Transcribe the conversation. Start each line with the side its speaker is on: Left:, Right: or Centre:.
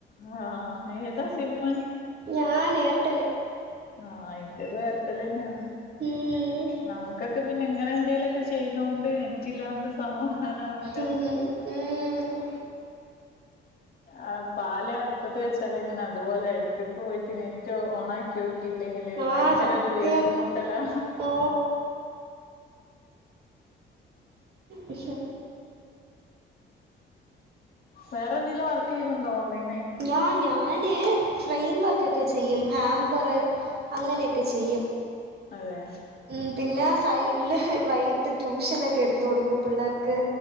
Left: ഹാഹ് ഏതാ സിമ്മ്?
Right: ഞാൻ എയർട്ടൽ.
Left: ആഹ് ഇന്റതും എയർടെല്ലന്നേണ്
Right: ഉം.
Left: നമുക്കൊക്കെ പി ന്നിം ഇങ്ങനെ എന്തേലൊക്കെ ചെയ്യുന്നോണ്ട് നെറ്റില്ലാണ്ട് സമാധാനാവില്ല.
Right: ഉം ഹും. ഉം
Left: ആ പാല് അടുപ്പത്ത് വെച്ചാല്ങ്ങനെ അതുപോലായി. എടക്കെടക്ക് പോയിട്ട് നെറ്റ് ഓ ഓണാക്കിയോക്കിയില്ലെങ്കില്
Right: ആ
Left: ഭയങ്കരൊരു
Right: സത്യം
Left: വീർപ്പുമുട്ടലാ.
Right: ഓ അയ്ഷേ
Left: വേറെന്തേലും വർക്ക്യ്യുന്നുണ്ടോ ഓൺലൈൻ
Right: നോ നോ ഞാന് ഫ്രെയിം വർക്കൊക്കെ ചെയ്യും ഹാമ്പറ് അങ്ങനെയൊക്കെ ചെയ്യും.
Left: അതേ
Right: ഉം പിന്നെ സൈഡില് വൈകിട്ട് ട്യൂഷനൊക്കെ എടുത്തൊടുക്കും പിള്ളേർക്ക്.